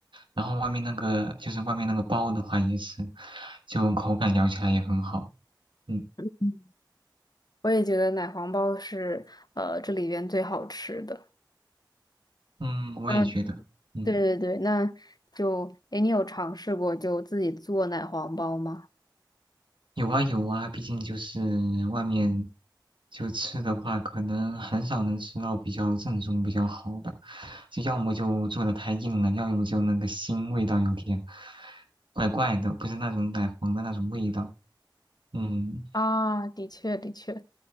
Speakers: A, on the right; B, on the left.
A: 然后外面那个就是外面那个包的话也是，就口感咬起来也很好。嗯
B: 嗯我也觉得奶黄包是呃这里边最好吃的。
A: 嗯，我也觉得。
B: 嗯，
A: 嗯。
B: 对对对，那就，诶，你有尝试过就自己做奶黄包吗？
A: 有啊有啊，毕竟就是外面就吃的话，可能很少能吃到比较正宗、比较好的，就要么就做的太硬了，要么就那个腥味道有点怪怪的，不是那种奶黄的那种味道。嗯
B: 啊，的确的确，